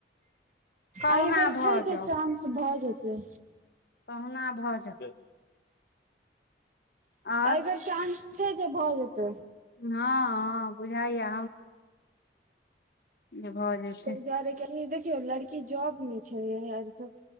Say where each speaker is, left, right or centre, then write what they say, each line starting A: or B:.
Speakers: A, on the left; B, on the right.
A: कहुना
B: आहि बेर
A: भऽ
B: छै जे
A: जाउ
B: चानस भऽ जेतै
A: कहूना भऽ जे आओर
B: एहि बेर चानस छै जे भऽ जेतै
A: ह बुझाइया जे भऽ जेतै
B: त <unintelligible> देखियौ लड़की जॉब मे छै आर सभ